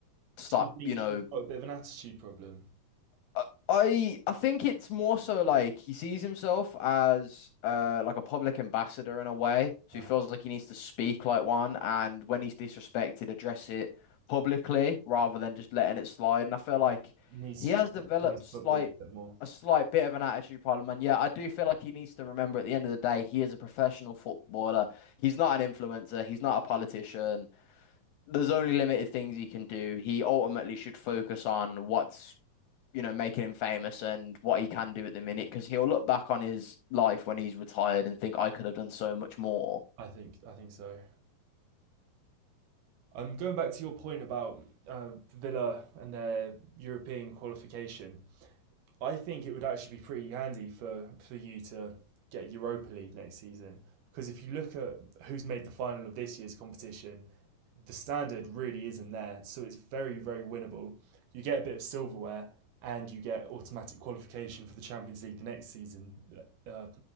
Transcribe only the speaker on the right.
do you think
he's got a bit of an attitude problem?
Uh,
he needs
to
just
focus on his
football a bit more.
I think I think so. Um, going back to your point about uh, Villa and their European qualification, I think it would actually be pretty handy for, for you to get Europa League next season because if you look at who's made the final of this year's competition, the standard really isn't there, so it's very, very winnable. You get a bit of silverware and you get automatic qualification for the Champions League the next season, uh, uh,